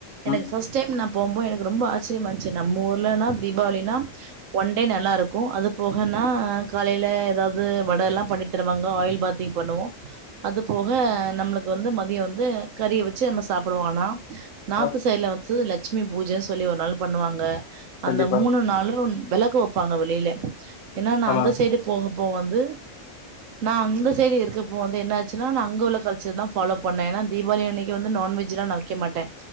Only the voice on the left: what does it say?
ம்
ஆ
கண்டிப்பா
ஆமா